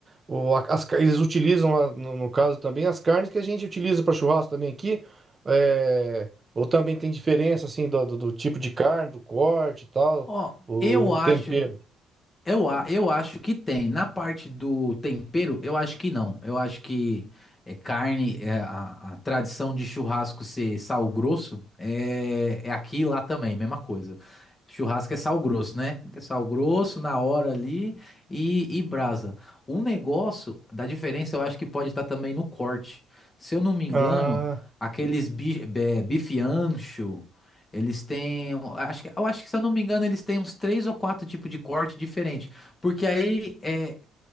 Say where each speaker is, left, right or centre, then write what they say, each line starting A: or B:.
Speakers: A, on the right (about 25°); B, on the left (about 25°).
A: o- a- as, car- eles utilizam lá, no, no caso também as carnes que a gente utiliza para churrasco também aqui. é, ou também tem diferença assim do, do- do tipo de carne, do corte e tal,
B: Ó,
A: o,
B: eu
A: o
B: acho,
A: tempero.
B: eu, a- eu acho que tem. Na parte do tempero, eu acho que não. Eu acho que é carne, é a, a tradição de churrasco ser sal grosso é, é aqui e lá também, mesma coisa. Churrasco é sal grosso, né? É sal grosso na hora ali e, e brasa. O negócio da diferença eu acho que pode estar também no corte. Se eu não me engano,
A: Ah,
B: aqueles bi, é, bife ancho. Eles têm, um, acho que, eu acho que se eu não me engano, eles têm uns três ou quatro tipos de corte diferente, porque aí é,